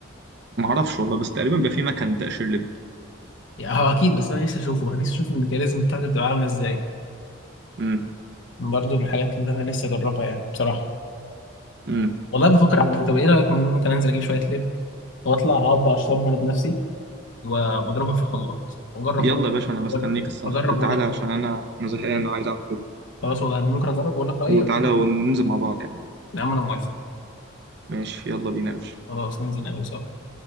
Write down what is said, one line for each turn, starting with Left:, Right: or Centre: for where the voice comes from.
Right: ما اعرفش والله بس تقريبا بيبقى في مكان تقشير لب
Left: يعني هو اكيد بس انا نفسي اشوفه بقى نفسي اشوف الميكانيزم بتاعته بتبقى عامله ازاي
Right: امم
Left: برضه من الحاجات اللي انا نفسي اجربها يعني بصراحه
Right: امم
Left: والله بفكر اعمل كده. طب ايه رايك ممكن انزل اجيب شويه لب واطلع اقعد اقشرهم انا بنفسي و- واضربهم في الخلاط واجرب
Right: يلا
Left: واقول
Right: يا باشا انا مستنيك
Left: وأقول-
Right: الصح
Left: اجرب واقول
Right: تعالى
Left: لك
Right: عشان
Left: رأيي.
Right: انا انا زهقان وعايز اعمل كده
Left: خلاص والله انا ممكن اجرب واقول لك رايي
Right: وتعالى وننزل مع بعض يعني
Left: يا عم انا موافق
Right: ماشي يلا بينا يا باشا
Left: خلاص ننزل نقابل سوا